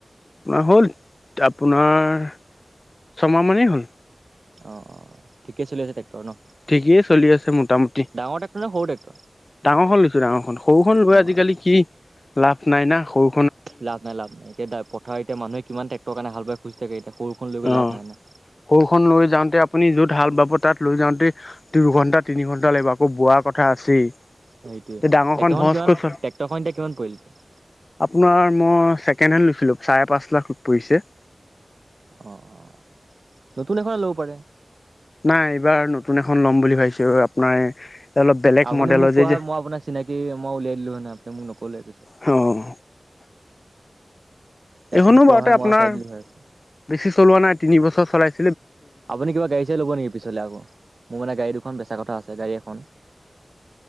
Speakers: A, on the left; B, on the right.
A: আপোনাৰ হ'ল, আপোনাৰ ছমাহমানেই হ'ল।
B: অ', অ'। ঠিকেই চলি আছে ট্ৰেক্টৰ ন'?
A: ঠিকেই চলি আছে মোটামুটি।
B: ডাঙৰ ট্ৰেক্টৰ নে সৰু ট্ৰেক্টৰ?
A: ডাঙৰ খন লৈছো ডাঙৰখন। সৰুখন লৈ
B: অ',
A: আজিকালি কি লাভ নাই না সৰু
B: লাভ নাই লাভ নাই। এতিয়া পথাৰ এতি মানুহে কিমান টেক্টৰ কাৰনে হাল বাই খুজি থাকে, এতিয়া সৰুখন লৈ
A: অ
B: লাভ নাই না।
A: সৰুখন লৈ যাওঁতে আপুনি য'ত হাল বাব তাত লৈ যাওঁতে দুঘণ্টা তিনি ঘণ্টা লাগিব, আকৌ বোৱাৰ কথা আছেই।
B: সেইটোয়ে।
A: তে ডাঙৰখন
B: ট্ৰেক্টৰখন
A: ভজকৈ
B: কিমান
A: চল
B: ট্ৰেক্টৰখন এতিয়া কিমান পৰিল এতিয়া?
A: আপোনাৰ মই ছেকেণ্ড হেণ্ড লৈছিলোঁ, চাৰে পাঁচ লাখ পৰিছে।
B: অ', অ'। নতুন এখনে ল'ব পাৰে।
A: নাই এইবাৰ নতুন এখন ল'ম বুলি ভাবিছো আপোনাৰ অলপ বেলেগ
B: আপুনি
A: মডেলৰ
B: মোক কোৱা
A: যে যে
B: হয় মই আপোনাক চিনাকি মই উলিয়াই দিলো হৈ নহয়। আপুনি মোক নক'লে পিছে।
A: অ'।
B: যে
A: এইখনো
B: আপুনি কোৱা
A: বাৰুতে
B: হয়
A: আপোনাৰ
B: মই চাই দিলো হয়।
A: বেছি চলোৱা নাই তিনি বছৰ চলাই
B: আপুনি কিবা গাড়ী চাড়ী ল'ব নেকি পিছলে আকৌ মোৰ মানে গাড়ী দুখন বেচা কথা আছে গাডী এখন।